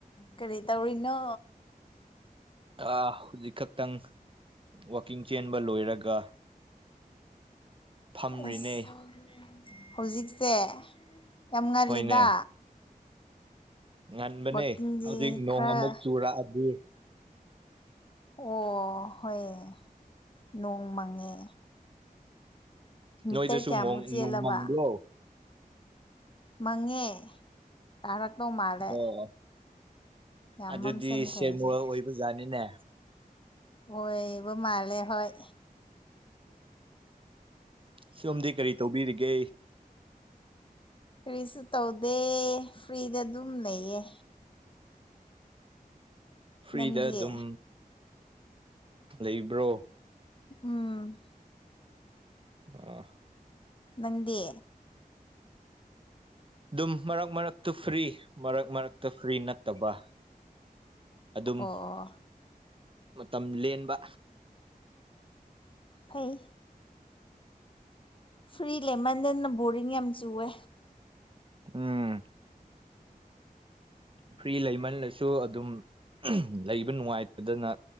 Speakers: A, on the left; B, on the right.
A: ꯀꯔꯤ ꯇꯧꯔꯤꯅꯣ
B: ꯑꯥ ꯍꯧꯖꯤꯛ ꯈꯛꯇꯪ ꯋꯥꯛꯀꯤꯡ ꯆꯦꯟꯕ ꯂꯣꯏꯔꯒ ꯐꯝꯔꯤꯅꯦ
A: ꯑꯦꯁ ꯍꯧꯖꯤꯛꯁꯦ ꯌꯥꯝ ꯉꯜꯂꯤꯗ
B: ꯍꯣꯏꯅꯦ ꯉꯟꯕꯅꯦ
A: ꯋꯥꯛꯀꯤꯡꯗꯤ
B: ꯍꯧꯖꯤꯛ ꯅꯣꯡ
A: ꯈꯔ
B: ꯑꯃꯨꯛ ꯆꯨꯔꯛꯑꯗꯤ
A: ꯑꯣ ꯍꯣꯏꯌꯦ ꯅꯣꯡ ꯃꯪꯉꯦ ꯃꯤꯇꯔ
B: ꯅꯣꯏꯗꯁꯨ
A: ꯀꯌꯥꯃꯨꯛ
B: ꯃꯣꯡ
A: ꯆꯦꯜꯂꯕ
B: ꯎꯡ ꯃꯪꯕꯔꯣ
A: ꯃꯪꯉꯦ ꯇꯥꯔꯛꯇꯧ ꯃꯥꯜꯂꯦ
B: ꯑꯣ
A: ꯌꯥꯝ
B: ꯑꯗꯨꯗꯤ
A: ꯃꯝꯁꯤꯟꯈ꯭ꯔꯦ
B: ꯁꯦꯝ
A: ꯍꯧꯖꯤꯛ
B: ꯋꯥꯔꯜꯗ ꯑꯣꯏꯕꯖꯥꯠꯅꯤꯅꯦ
A: ꯑꯣꯏꯕ ꯃꯥꯂꯦ ꯍꯣꯏ
B: ꯁꯣꯝꯗꯤ ꯀꯔꯤ ꯇꯧꯕꯤꯔꯤꯒꯦ
A: ꯀꯔꯤꯁꯨ ꯇꯧꯗꯦ ꯐ꯭ꯔꯤꯗ ꯑꯗꯨꯝ ꯂꯩꯌꯦ
B: ꯐ꯭ꯔꯤꯗ
A: ꯅꯪꯗꯤ
B: ꯑꯗꯨꯝ ꯂꯩꯕ꯭ꯔꯣ
A: ꯎꯝ
B: ꯑꯣ
A: ꯅꯪꯗꯤ
B: ꯑꯗꯨꯝ ꯃꯔꯛ ꯃꯔꯛꯇ ꯐ꯭ꯔꯤ ꯃꯔꯛ ꯃꯔꯛꯇ ꯐ꯭ꯔꯤ ꯅꯠꯇꯕ ꯑꯗꯨꯝ
A: ꯑꯣ
B: ꯃꯇꯝ ꯂꯦꯟꯕ
A: ꯐꯩ ꯐ꯭ꯔꯤ ꯂꯩꯃꯟꯗꯅ ꯕꯣꯔꯤꯡ ꯌꯥꯝ ꯆꯨꯋꯦ
B: ꯎꯝ ꯐ꯭ꯔꯤ ꯂꯩꯃꯜꯂꯁꯨ ꯑꯗꯨꯝ ꯂꯩꯕ ꯅꯨꯡꯉꯥꯏꯇꯗꯅ